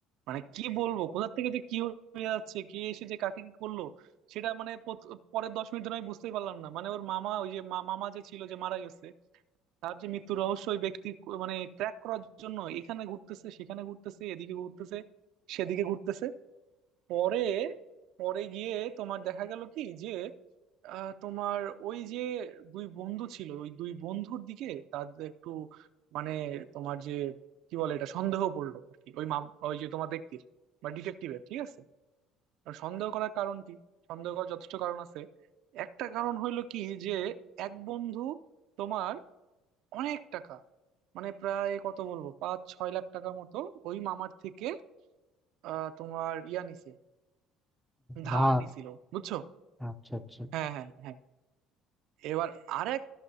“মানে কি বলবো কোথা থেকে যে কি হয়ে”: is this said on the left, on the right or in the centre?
Right